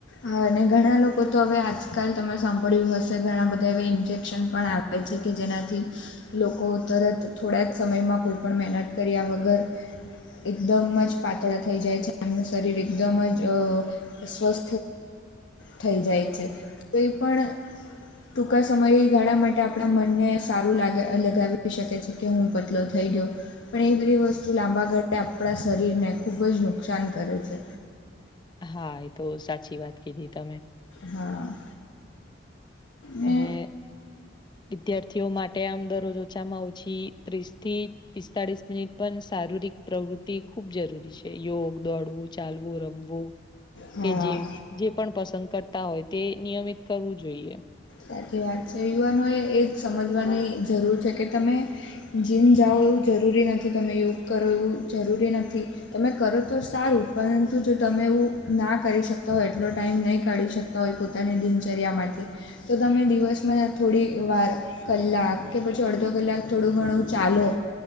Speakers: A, on the left (about 70°); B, on the left (about 25°).
A: હા અને ઘણા લોકો તો હવે આજકાલ તમે સાંભળ્યું હશે ઘણા બધા એવા ઇન્જેક્શન પણ આવે હોય છે કે જેનાથી લોકો તરત થોડા જ સમયમાં કોઈ પણ મહેનત કર્યા વગર એકદમ જ પાતળા થઈ જાય છે. એમનું શરીર એકદમ જ સ્વસ્ થઈ જાય છે. કોઈ પણ ટૂંકા સમયગાળા માટે આપણા મનને સારું લાગ લગાવી શકે છે. કે હું પતલો થઈ ગયો પણ એ બધી વસ્તુ લાંબા ગાળે આપણા શરીરને ખૂબ જ નુકસાન કરે છે.
B: હા એ તો સાચી વાત કીધી તમે.
A: હા. ને
B: અને વિદ્યાર્થીઓ માટે આમ દરરોજ ઓછામાં ઓછી ત્રીસ થી પિસ્તાળીસ મિનિટ પણ શારીરિક પ્રવૃત્તિ ખુબ જરૂરી છે. યોગ દોડવું ચાલવું રમવું
A: હા
B: કે જીમ‌ જે પણ પસંદ કરતા હોય તે નિયમિત કરવું જોઈએ.
A: સાચી વાત છે. યુવાનોએ એ જ સમજવાની જરૂર છે કે તમ જીમ જાઓ એવું જરૂરી નથી તમે યોગ કરો એવું જરૂરી નથી. તમે કરો તો સારું પરંતુ જો તમે એવું ના કરી શકતા હોય એટલો ટાઈમ નહીં કાઢી શક હોય પોતાની દિનચર્યામાંથી તો તમે દિવસમાં થોડી વાર કલાક કે પછી અડધો કલાક થોડું ઘણું ચાલો